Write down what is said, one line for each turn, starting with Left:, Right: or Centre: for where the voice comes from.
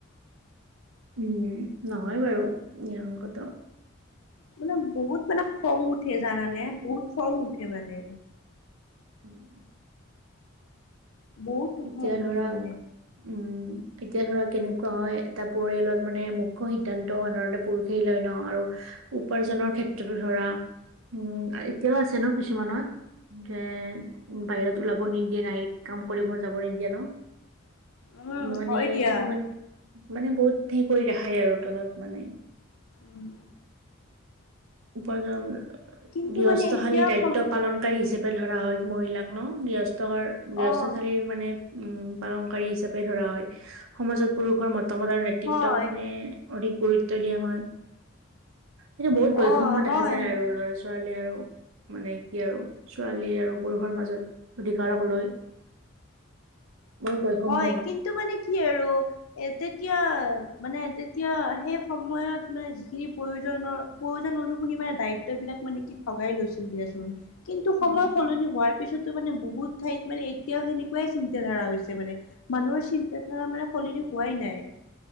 Right: উম্, নহয় বাৰু ন্যায়সঙ্গত।
Left: মানে বহুত মানে খং উঠে জানানে বহুত খং উঠে মানে,
Right: উম্
Left: বহুত
Right: এতিয়া
Left: খং উঠে
Right: ধৰা,
Left: মানে
Right: উম্ এতিয়া ধৰা, কেনেকুৱা হয়, এটা পৰিয়ালত মানে মুখ্য সিদ্ধান্ত সাধাৰণতে পুৰুষেই লয় ন, আৰু উপাৰ্জনৰ ক্ষেত্ৰতো ধৰা, উম্ এতিয়াও আছে ন কিছুমান, যে বাহিৰত ওলাব নিদিয়ে, নাই কাম কৰিব যাবই নিদিয়ে ন,
Left: উম
Right: মানে
Left: হয় দিয়া
Right: এইটো মানে মানে বহুত হেৰি কৰি ৰাখে আৰু তলত মানে,
Left: উম্
Right: উৰ্পাজন,
Left: কিন্তু
Right: গৃহস্থশালী
Left: মানে এতিয়া
Right: দায়িত্ব
Left: সম
Right: পালনকাৰী হিচাপে ধৰা হয় মহিলাক ন, গৃহস্থৰ গৃহস্থালিৰ
Left: অ
Right: মানে উম্, পালনকাৰী হিচাপে ধৰা হয়। সমাজত পুৰুষৰ মতামত আৰু নেতৃত্বত
Left: হয়
Right: মানে অধিক গুৰুত্ব দিয়া হয়, এইটো বহুত বয়
Left: অ হয়।
Right: ল'ৰা ছোৱালী আৰু মানে কি আৰু, ছোৱালী আৰু পুৰুষৰ মাজত অধিকাৰক লৈ বহুত বৈষম্য
Left: হয়, কিন্তু মানে কি আৰু এ তেতিয়া, মানে তেতিয়া সেই সময়ত মানে যিখিনি প্ৰয়োজনৰ প্ৰয়োজন অনুসৰি মানে দায়িত্ব বিলাক মানে কি ভগাই লৈছিল দিয়াচোন, কিন্তু
Right: উম
Left: সময় সলনি হোৱাৰ পিছতো মানে বহুত ঠাইত মানে এতিয়াও সেনেকুৱাই চিন্ত ধাৰা হৈছে মানে, মানুহৰ চিন্তা ধাৰা মানে সলনি হোৱাই নাই।